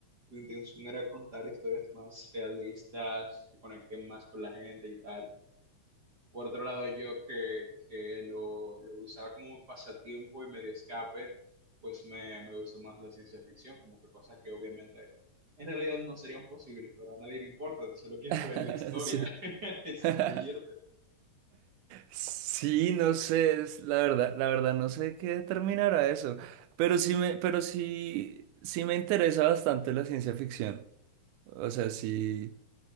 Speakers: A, on the right (about 35°); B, on the right (about 85°).
A: Mi intención era contar historias más realistas, que conecten más con la gente y tal. Por otro lado, yo que, que lo, lo usaba como un pasatiempo y medio escape, pues me, me gustó más la ciencia ficción, como que cosas que obviamente en realidad no serían posibles, pero a nadie le importa, tú solo quieres
B: <laughs>
A: <laughs> ver la historia,
B: Sí.
A: <laughs> es
B: <laughs>
A: zambullirte.
B: Sí, no sé, es- la verdad, la verdad no sé qué determinará eso, pero sí me, pero sí, sí me interesa bastante la ciencia ficción. O sea, si